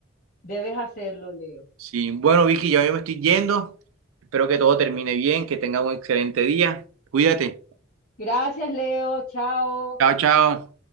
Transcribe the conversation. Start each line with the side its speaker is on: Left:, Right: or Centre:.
Left: Debes hacerlo, Leo.
Right: Sí, bueno, Vicky, yo me estoy yendo. Espero que todo termine bien, que tenga un excelente día. Cuídate.
Left: Gracias, Leo. Chao.
Right: Chao, chao.